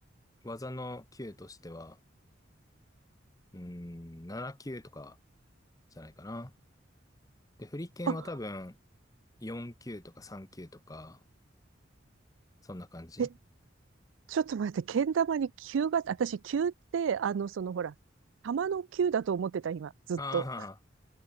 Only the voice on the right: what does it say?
あ、
え、ちょっと待って、けん玉に球が、私、球って、あの、そのほら、玉の球だと思ってた、今、ずっと。